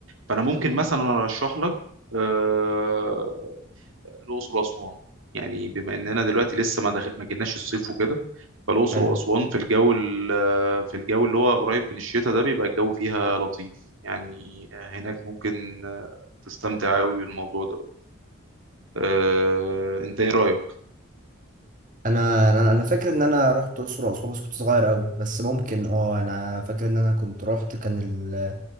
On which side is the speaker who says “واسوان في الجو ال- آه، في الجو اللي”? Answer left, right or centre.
Right